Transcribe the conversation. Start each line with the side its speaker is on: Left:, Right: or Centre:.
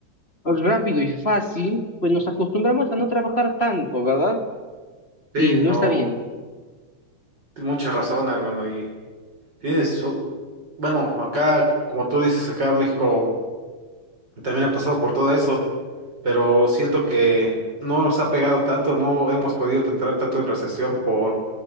Left: rápido y fácil, pues nos acostumbramos a no trabajar tanto, ¿verdad?
Right: Sí,
Left: Y no
Right: o
Left: está bien.
Right: mucha razón, hermano, y Tienes, su- bueno, acá, como tú dices, acá México también ha pasado por todo eso, pero siento que no nos ha pegado tanto, no hemos podido entrar tanto en recesión por